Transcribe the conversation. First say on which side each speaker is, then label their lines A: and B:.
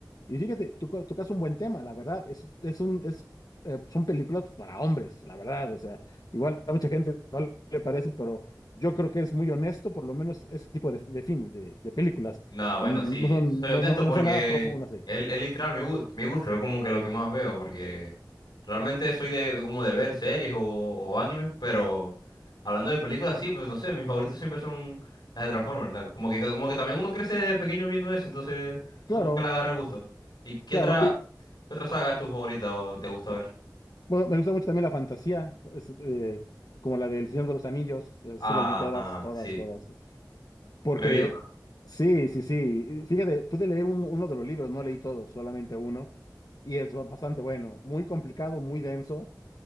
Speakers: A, on the left; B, on the left.
A: Y fíjate, tú co- tocas un buen tema, la verdad, es, es un, es, eh, son películas para hombres, la verdad, o sea, igual a mucha gente no le parece, pero yo creo que es muy honesto, por lo menos ese tipo de, de film, de, de películas,
B: No, bueno,
A: Mm,
B: sí,
A: no son,
B: soy
A: no,
B: honesto
A: no, no
B: porque
A: son nada profundas, eh.
B: es, es literal mi gusto, mi gusto, es como que lo que más veo, porque realmente soy de, de como de ver series o, o animes, pero hablando de películas, sí, pues no sé, mis favoritos siempre son las de Transformers, la- como que, como que también uno crece desde pequeño viendo eso, entonces supongo
A: Claro,
B: que le agarra el gusto. ¿Y qué
A: claro,
B: otra,
A: y
B: qué otra saga es tu favorita o te gusta ver?
A: bueno, me gusta mucho también la fantasía, es, eh, como la del Señor de los Anillos, esas
B: Ajá,
A: sí las vi todas, todas,
B: sí,
A: todas. Porque,
B: me vio
A: sí, sí, sí. Fíjate, pude leer un- uno de los libros, no leí todos, solamente uno. Y es ba- bastante bueno, muy complicado, muy denso,